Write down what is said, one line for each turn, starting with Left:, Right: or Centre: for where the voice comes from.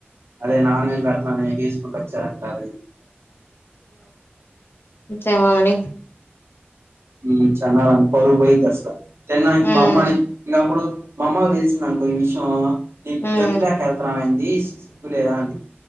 Right: అదే నాన్ వెజ్ పెడతానుసుకుంట చలాంటాల
Left: ఉ మని
Right: ఉ చండాలం పరువు పోయిద్దసల తిన్నా
Left: ఉమ్
Right: మా అమ్మని ఇంకప్పుడు మామ్మకు తెలిసిందనుకో ఈ విషయం నీ
Left: ఉమ్
Right: గతిలేకెళ్తాన్నం ఏంది తీ సిగ్గులేదా అంది